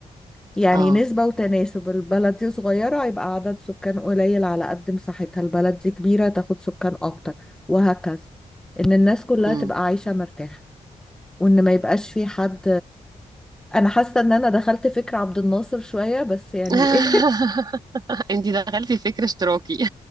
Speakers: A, in the centre; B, on the right.
A: يعني
B: اه
A: نسبة وتناسب البلد دي صغيرة يبقى عدد سكان قليل على قد مساحتها البلد دي كبيرة تاخد سكان أكتر وهكذا إن الناس كلها
B: مم.
A: تبقى عايشة مرتاحة وإن ما يبقاش في حد أنا حاسة إن أنا دخلت فكر عبد الناصر شوية بس يعني
B: <laughs>
A: <laughs> إيه
B: انتي دخلتي في فكر اشتراكي